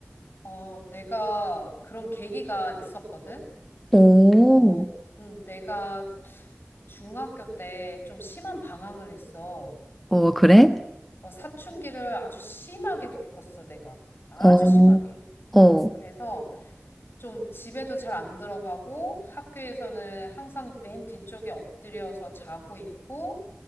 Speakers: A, on the left (about 55°); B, in the centre.
A: 어, 내가 그런 계기가 있었거든.
B: 오,
A: 어, 음, 내가 중학교 때 좀 심한 방황을 했어.
B: 어 그래?
A: 어, 사춘기를 아주 심하게 겪었어, 내가. 아주
B: 어,
A: 심하게.
B: 어,
A: 그래서 좀 집에도 잘 안 들어가고 학교에서는 항상 맨 뒤쪽에 엎드려서 자고 있고